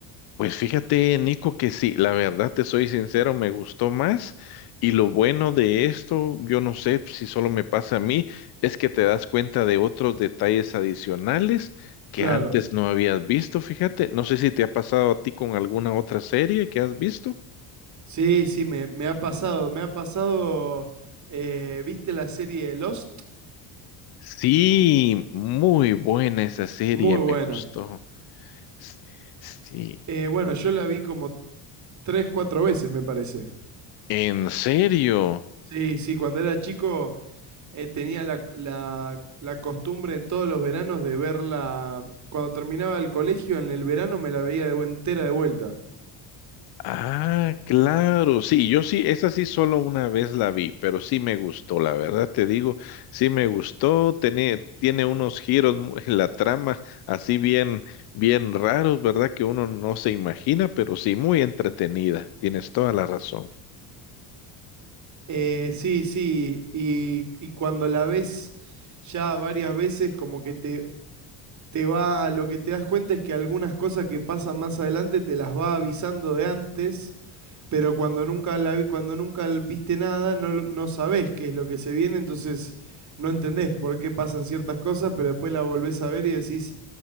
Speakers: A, on the left; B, on the right.
A: Pues fíjate, Nico, que sí, la verdad te soy sincero, me gustó más y lo bueno de esto, yo no sé si solo me pasa a mí, es que te das cuenta de otros detalles adicionales que
B: Claro.
A: antes no habías visto, fíjate, no sé si te ha pasado a ti con alguna otra serie que has visto.
B: Sí, sí, me, me ha pasado. Me ha pasado. eh, ¿viste la serie Lost?
A: Sí, muy buena esa serie,
B: Muy
A: me
B: buena.
A: gustó. S- Sí,
B: Eh, bueno, yo la vi como tres, cuatro veces, me parece.
A: en serio.
B: Sí, sí, cuando era chico. eh, tenía la, la- la costumbre en todos los veranos de verla. Cuando terminaba el colegio, en el verano me la veía de bu- entera de vuelta.
A: Ah, claro, sí, yo sí, esa sí solo una vez la vi, pero sí me gustó, la verdad te digo, sí me gustó, tiene, tiene unos giros mu- <laughs> en la trama así bien, bien raros, ¿verdad? Que uno no se imagina, pero sí muy entretenida, tienes toda la razón.
B: Eh, sí, sí. Y, y cuando la ves ya varias veces, como que te, te va. Lo que te das cuenta es que algunas cosas que pasan más adelante te las va avisando de antes. Pero cuando nunca la vi- cuando nunca l- viste nada, no, lo- no sabés qué es lo que se viene, entonces no entendés por qué pasan ciertas cosas, pero después la volvés a ver y decís,